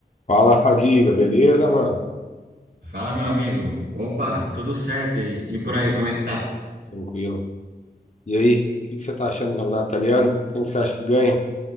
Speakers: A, on the left (about 45°); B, on the right (about 80°).
A: Fala, Fadiga, beleza, mano?
B: Fala, meu amigo. Opa, tudo certo? E, e por aí, como é que tá?
A: Tranquilo. E aí, o que que você tá achando do campeonato italiano? Quem que você acha que ganha?